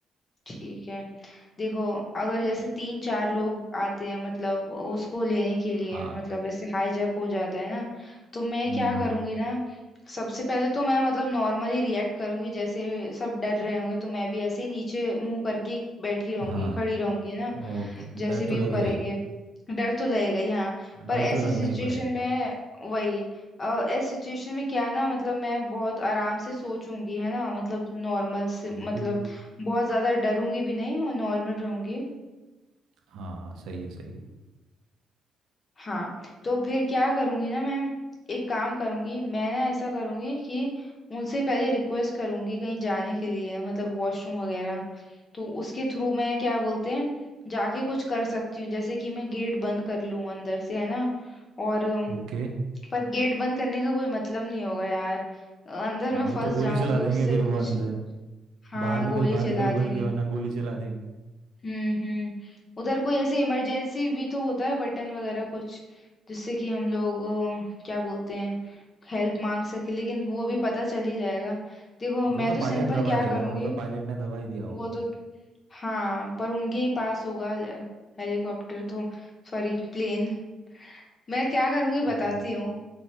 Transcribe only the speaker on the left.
ठीक है देखो अगर जैसे तीन चार लोग आते हैं मतलब उसको लेने के लिए
मतलब ऐसे हाईजैक हो जाता है ना तो मैं
क्या करूंगी ना सबसे पहले तो मैं मतलब नॉर्मली रिएक्ट करूंगी जैसे सब डर रहे होंगे तो मैं भी ऐसे ही नीचे मुंह करके बैठी रहूंगी
खड़ी रहूंगी ना।
जैसे
भी
वो करेंगे
डर तो लगेगा ही हाँ पर
ऐसी
सिचुएशन
में वही अ, ऐसी सिचुएशन में क्या ना मतलब मैं बहुत आराम से सोचूंगी है ना मतलब नॉर्मल से
मतलब बहुत ज्यादा डरूंगी भी नहीं और नॉर्मल रहूंगी
हाँ तो फिर क्या करूंगी ना मैं एक काम करूंगी मैं ना ऐसा करूंगी कि उनसे पहले रिक्वेस्ट करूंगी कहीं जाने के लिए मतलब वॉशरूम वगैरह तो उसके थ्रू मैं क्या बोलते हैं जाके कुछ कर सकती हूँ जैसे कि मैं गेट बंद कर लूँ अंदर से है ना और अम,
पर गेट बंद करने का कोई मतलब नहीं होगा यार अंदर
मैं फंस
जाऊंगी
उससे
भी कुछ
हाँ
गोली
चला
देंगे
हम्म हम्म उधर कोई ऐसे इमरजेंसी भी तो होता है बटन वगैरह कुछ जिससे कि हम लोग अ, क्या बोलते हैं हेल्प मांग सके लेकिन वो भी पता चल ही जाएगा देखो मैं
तो
सिंपल
क्या
करूँगी
वो तो हाँ पर उनके ही पास होगा ले- हेलीकॉप्टर तो सॉरी प्लेन मैं क्या करूँगी बताती
हूँ